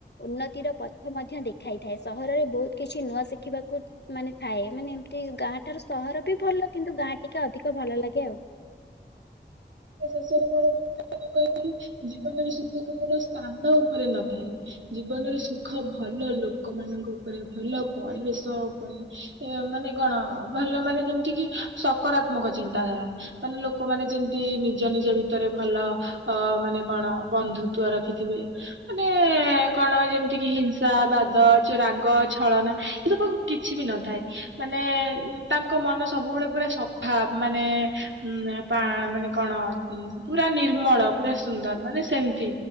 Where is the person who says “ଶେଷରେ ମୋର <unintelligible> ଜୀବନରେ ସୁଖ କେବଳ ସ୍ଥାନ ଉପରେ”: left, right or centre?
Right